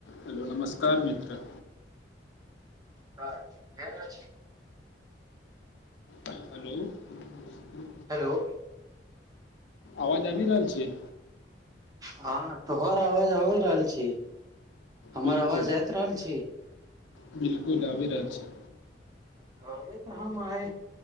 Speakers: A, on the left; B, on the right.
A: हेलो नमस्कार। उ कार मित्र।
B: त केन छी।
A: हेलो। ह।
B: हेलो
A: आवाज आबि रहल छै।
B: हँ तोहर आवाज आबि रहल छी। हमर
A: बिलकुल
B: आवाज जाइत रहल छी
A: बिलकुल आ रहल छै।
B: तऽ अभी तऽ हममे आइ